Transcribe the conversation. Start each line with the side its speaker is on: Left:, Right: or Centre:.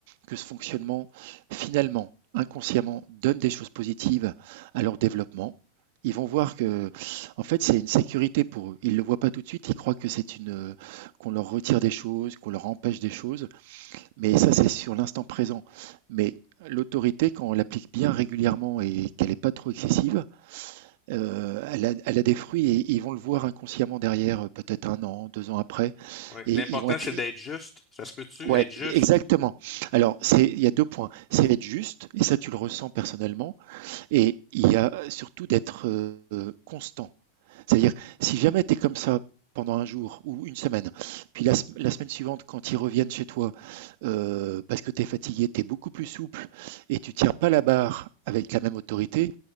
Right: que ce fonctionnement, finalement, inconsciemment, donne des choses positives à leur développement. Ils vont voir que, en fait, c'est une sécurité pour eux. Ils le voient pas tout de suite, ils croient que c'est une, euh, qu'on leur retire des choses, qu'on leur empêche des choses, mais ça, c'est sur l'instant présent. Mais l'autorité, quand on l'applique bien régulièrement et qu'elle n'est pas trop excessive, euh, elle a, elle a des fruits et ils vont le voir inconsciemment derrière, euh, peut-être un an, deux ans après.
Left: Oui.
Right: Et
Left: L'important,
Right: ils vont être.
Left: c'est d'être juste. Ça se peut-tu,
Right: Ouais,
Left: être juste?
Right: exactement. Alors, c'est, il y a deux points. C'est être juste, et ça tu le ressens personnellement, et il y a surtout d'être euh, constant. C'est-à-dire, si jamais tu es comme ça pendant un jour ou une semaine. Puis la, la semaine suivante, quand ils reviennent chez toi, euh, parce que tu es fatigué, tu es beaucoup plus souple et tu tiens pas la barre avec la même autorité,